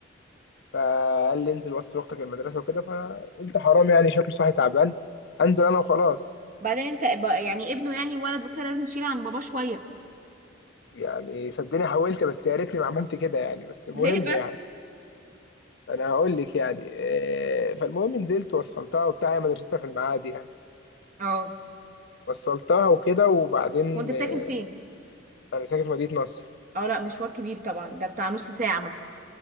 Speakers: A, on the left; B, on the right.
A: فقال لي انزل وصل اختك المدرسه وكده فقلت حرام يعني شكله صاحي تعبان انزل انا وخلاص
B: بعدين انت ب- يعني ابنه يعني ولد وكده لازم تشيل عن باباه شويه
A: يعني صدقني حاولت بس يا ريتني ما عملت كده يعني بس مهم
B: ليه بس
A: يعني انا هقول لك يعني آه، فالمهم نزلت وصلتها وبتاع هي مدرستها في المعادي يعني
B: اه
A: وصلتها وكده وبعدين
B: وانت ساكن
A: آه،
B: فين
A: انا ساكن في مدينة نصر
B: اه لا مشوار كبير طبعا ده بتاع نص ساعة مثلا